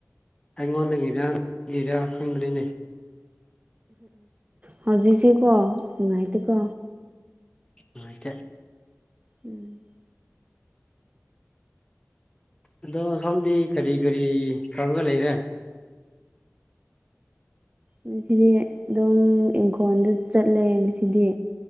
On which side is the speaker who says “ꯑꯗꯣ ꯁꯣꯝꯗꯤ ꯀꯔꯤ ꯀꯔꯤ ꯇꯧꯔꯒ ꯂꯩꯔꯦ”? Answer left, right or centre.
Left